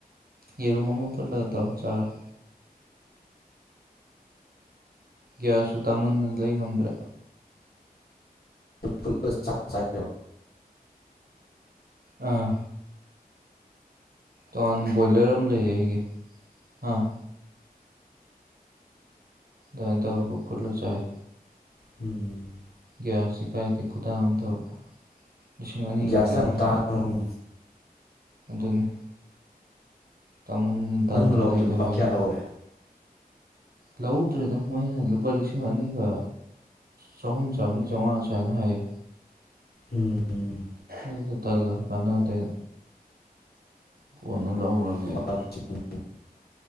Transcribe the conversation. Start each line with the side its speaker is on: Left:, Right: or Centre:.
Right: ꯌꯦꯔꯨꯝ ꯑꯃ ꯐꯨꯠꯂꯒꯥ ꯇꯧꯔꯒꯥ ꯆꯥꯔꯦ ꯒ꯭ꯌꯥꯁꯁꯨ ꯇꯥꯡꯃꯟꯗꯅ ꯂꯩꯕ ꯉꯝꯗ꯭ꯔꯦ꯫
Left: ꯐ ꯆ ꯆ <unintelligible>
Right: ꯑꯥꯑ ꯇꯣꯉꯥꯟꯅꯥ ꯕꯣꯏꯂꯔꯥ ꯑꯃ ꯂꯩꯌꯦ ꯑꯩꯒꯤ ꯍꯥꯥꯍ ꯕꯋ°ꯟ ꯇꯧꯔꯒ ꯐꯨꯠ ꯔꯥꯒ ꯆꯥꯥꯏ
Left: ꯎꯝꯝ
Right: ꯒ꯭ꯌꯥꯁꯇꯤ ꯀꯥꯏꯗꯦ ꯈꯨꯇꯥꯡ ꯑꯃ ꯇꯧꯔꯦ ꯂꯤꯁꯤꯡ ꯑꯅꯤꯒ
Left: ꯒ꯭ꯌꯥꯁꯇ
Right: ꯀꯌꯥꯅꫭꯝ
Left: ꯌꯥꯝ ꯇꯥꯡꯉꯃꯤꯅꯤ
Right: ꯍꯥꯏ ꯑꯗꯨꯅꯤ꯫ ꯇꯥꯡꯃꯟꯗꯅꯥ ꯇꯗꯅ
Left: ꯅꯪꯅ ꯂꯧꯕꯗ
Right: ꯂꯩꯗꯕꯥ
Left: ꯂꯨꯄꯥ ꯀꯌꯥ
Right: ꯑꯩꯁꯨ
Left: ꯂꯧꯋꯦ
Right: ꯂꯧꯍꯧꯗꯔꯦꯗ ꯃꯣꯏꯅ ꯂꯨꯄꯥ ꯂꯤꯁꯤꯡ ꯑꯅꯤꯒꯥ ꯆꯍꯨꯝ ꯆꯥꯝꯔꯤ ꯆꯥꯎꯉꯥ ꯑꯁꯨꯝꯃꯥꯅ ꯍꯥꯏꯌꯦ
Left: ꯎꯝꯝ ꯎꯝꯝ
Right: ꯑꯩꯁꯨ ꯇꯜꯂꯕꯥ ꯀꯥꯟꯅꯗꯦ ꯀꯣꯟꯅ ꯂꯧꯔꯒꯦꯅꯥ
Left: ꯂꯨꯄꯥ ꯂꯤꯁꯤꯡ